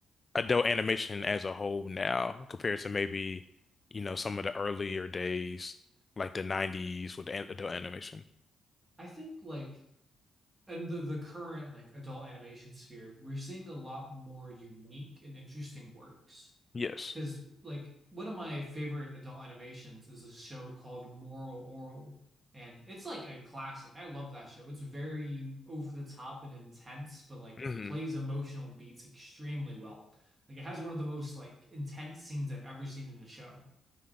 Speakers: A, on the left (about 30°); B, on the right (about 20°).
A: adult animation as a whole now compared to maybe, you know, some of the earlier days, like the 90s with an- adult animation?
B: I think like and the the current like adult animation sphere, we're seeing a lot more unique and interesting works.
A: Yes.
B: Because like one of my favorite adult animations is a show called Moral Oral, and it's like a classic. I love that show. It's very over the top and intense, but like
A: hmm
B: it plays emotional beats extremely well. Like it has one of the most like intense scenes I've ever seen in a show,